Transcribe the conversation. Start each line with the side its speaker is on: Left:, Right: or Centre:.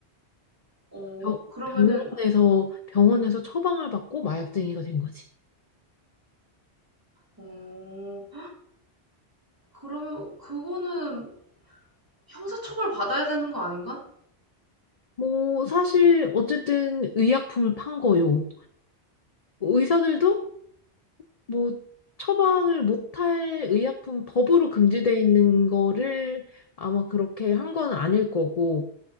Right: 어,
Left: 병-
Right: 그러면은,
Left: 병원에서 병원에서 처방을 받고 마약쟁이가 된 거지.
Right: 어, 그러면 그거는 형사처벌 받아야 되는 거 아닌가?
Left: 뭐 사실 어쨌든 의약품을 판 거요. 의사들도 뭐 처방을 못할 의약품 법으로 금지돼 있는 거를 아마 그렇게 한 건 아닐 거고.